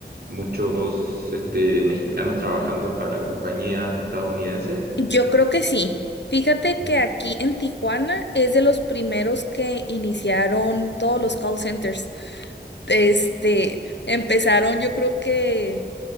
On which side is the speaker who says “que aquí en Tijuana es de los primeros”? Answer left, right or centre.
Left